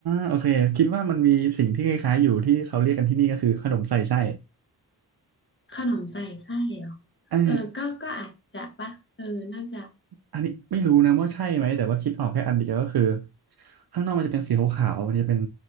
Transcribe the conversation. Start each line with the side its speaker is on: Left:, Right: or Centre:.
Right: โอเคคิดว่ามันมีสิ่งที่คล้ายๆอยู่ที่เขาเรียกกันที่นี่ก็คือขนมใส่ไส้
Left: ขนมใส่ไส้เหรอเออก็ก็อาจจะปะเออน่าจะ
Right: เออ อันนี้ไม่รู้นะว่าใช่ไหมแต่ว่าคิดออกแค่อันเดียวก็คือข้างนอกมันจะเป็นสีขาวๆมันจะเป็น